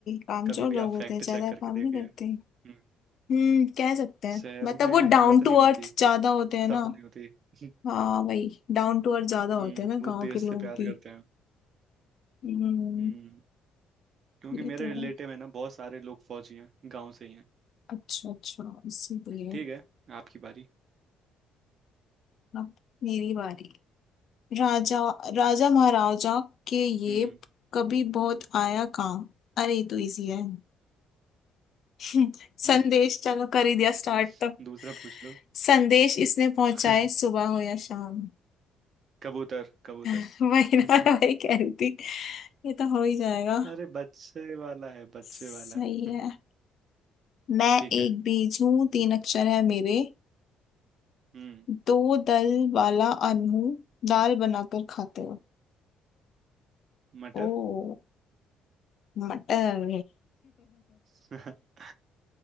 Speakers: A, on the left; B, on the right.
A: कामचोर
B: कभी भी
A: लोग
B: आप
A: होते
B: फैक्ट
A: हैं ज्यादा
B: चेक करके
A: काम
B: देखिए
A: नहीं करते
B: हम्म
A: हम्म कह सकते हैं
B: शहर
A: मतलब
B: में
A: वो
B: हिम्मत
A: डाउन टू
B: नहीं होती
A: अर्थ ज्यादा होते हैं ना
B: समझ नहीं होती <laughs>
A: हाँ वही डाउन टू अर्थ ज्यादा होते
B: हम्म
A: हैं ना
B: वो
A: गांव
B: देश
A: के लोग
B: से प्यार
A: भी
B: करते हैं
A: हम्म
B: हम्म क्योंकि
A: ये
B: मेरे
A: तो
B: रिलेटिव
A: है
B: है ना बहुत सारे लोग फौजी हैं गांव से ही हैं
A: अच्छा अच्छा इसीलिए
B: ठीक है आपकी बारी
A: अब मेरी बारी राजा राजा महाराजा के ये
B: हम्म
A: कभी बहुत आया काम अरे ये तो इजी है <laughs>
B: हम्म
A: संदेश चलो कर ही दिया स्टार्ट
B: <laughs>
A: तो
B: दूसरा पूछ लो
A: संदेश इसने पहुंचाए
B: <laughs>
A: सुबह हो या शाम
B: कबूतर कबूतर
A: <laughs> वही ना
B: <laughs>
A: वही कह रही थी ये तो हो ही जाएगा
B: अरे बच्चे वाला है बच्चे
A: सही
B: वाला हम्म,
A: है मैं
B: ठीक
A: एक
B: है
A: बीज हूँ तीन अक्षर है मेरे
B: हम्म
A: दो दल वाला अन्न हूँ दाल बनाकर खाते हो
B: मटर
A: ओ मटर
B: <laughs>